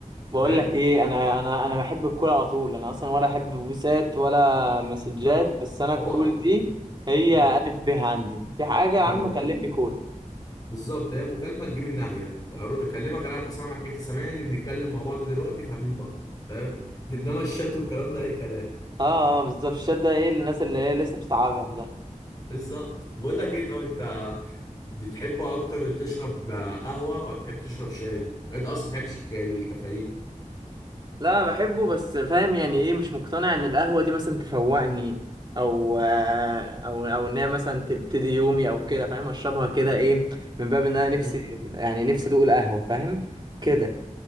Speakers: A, on the right; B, on the left.
A: بقول
B: فاهم
A: لك ايه انا انا انا بحب الكول على طول انا اصلا ولا احب فويسات ولا مسجات
B: بالظبط
A: بس انا الكول
B: هو على طول
A: دي هي
B: اه
A: الف ب عندي في حاجة يا عم
B: المكالمه
A: كلمني كول
B: بالظبط هي مكالمه تجيب الناحيه اقعد اكلمك انا ابقى سامعك انت سامعني بنتكلم مع بعض دلوقتي فاهمين بعض فاهم <laughs> انما الشات والكلام ده اي كلام
A: اه اه بالظبط الشات ده ايه للناس اللي هي لسه بتتعرف ده
B: بالظبط بقول لك ايه طب انت دي تحب اكتر تشرب آه، قهوه ولا تحب تشرب شاي انت اصلا تحبش الك- الكافيين
A: لا بحبه بس فاهم يعني ايه مش مقتنع ان القهوة دي مثلا تفوقني او آه، او او ان هي مثلا تبتدي يومي او كده فاهم اشربها كده ايه من باب ان انا
B: مم.
A: نفسي يعني نفسي ادوق القهوة فاهم كده